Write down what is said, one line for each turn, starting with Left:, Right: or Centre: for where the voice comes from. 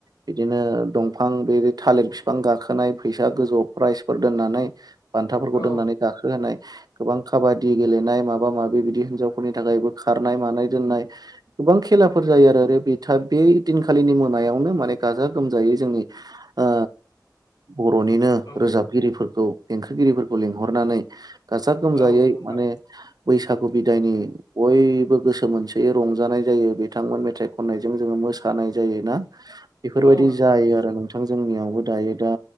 Right: बिदिनो दंफां बे थालिर बिफां गाखोनाय। फैसा गोजौ प्राइजफोर दोननानै बान्थाफोरखौ
Left: औ
Right: दोननानै गाखोहोनाय। गोबां खाबादि गेलेनाय माबा माबि बिदि हिन्जावफोरनि थाखायबो खारनाय मानाय दोननाय गोबां खेलाफोर जायो आरो <unintelligible> बेै दिनखालिनि मोनायावनो माने गाजा गोमजायै जोंनि ओ
Left: <inaudible>
Right: बरनिनो
Left: औ
Right: रोजाबगिरिफोरखौ देंखोगिरिफोरखौ लिंहरनानै। गाजा गोमजायै
Left: औ नंगौ नोंथां
Right: माने। बैसागु बिदायनि बयबो गोसो मोनसेयै रंजानाय जायो बिथांमोन मेथाइ खननायजों जोङो। मोसानाय जायोना बेफोरबायदि
Left: औ नंगौ
Right: जायो
Left: नोंथां
Right: आरो नोंथां जोंनियावबो दायो दा